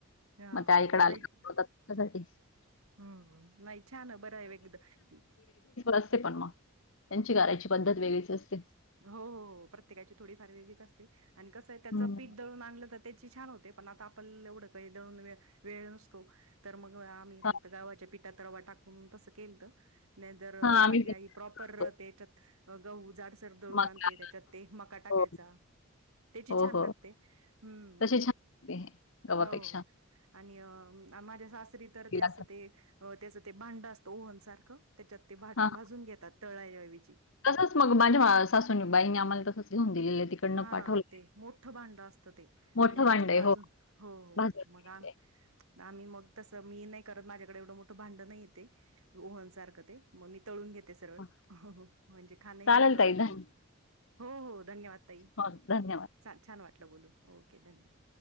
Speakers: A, on the right (about 80°); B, on the left (about 65°).
A: हां,
B: म त्या इकड आल्या
A: नाही
B: <inaudible> <inaudible>
A: हं, नाही छान आहे बरं आहे एकदा
B: असे पण मग. त्यांची करायची पद्धत वेगळीच असते.
A: हो हो हो प्रत्येकाची थोडी फार वेगळीच असते आणि कसं आहे त्याचं
B: हं.
A: पीठ दळून आणलं का त्याची छान होते पण आता आपल एवढं काही दळून वेळ वेळ नसतो तर मग होय आम्ही
B: हां,
A: फक्त गव्हाच्या पिठात रवा टाकून तसं केलत. नाही जर
B: हां आम्ही
A: माझी
B: पण
A: आई प्रॉपर
B: खातो.
A: तेच्यात गहू जाड र दळूण
B: मका
A: आणते त्याच्यात ते मका टाकायचा.
B: हो,
A: त्याची
B: हो,
A: छान
B: हो.
A: लागते हम्म
B: तशी छान लागते गव्हापेक्षा
A: हो. आणि माझ्या सासरी तर
B: तिला
A: ते अस ते त्याचं ते त्याचं ते भांड असतं ओव्हन सारखं. त्याच्यात ते भाट
B: हां.
A: भाजून घेतात तळाय ऐवजी.
B: तसंच मग माझ्या सासूनी बाईनी आम्हाला तसंच लिहून दिलेलं आहे तिकडनं
A: हा
B: पाठवलं
A: ते मोठ भांड असतं ते
B: मोठं
A: आणि
B: भांड
A: त्याच्यात
B: आहे
A: बाजून
B: हो.
A: हो हो
B: भाजून घेतलंय.
A: मग अ. आम्ही मग तसं मी नाही करत माझ्याकडे एवढं मोठं भांड नाहीये ते ओव्हन सारखं ते- तळून घेते सरळ
B: हां,
A: म्हणजे खाण
B: चालेल
A: होत आणि
B: ताई धन
A: हो हो धन्यवाद. ताई
B: हो धन्यवाद.
A: चा छान वाटलं बोलून ओके धन्यवाद.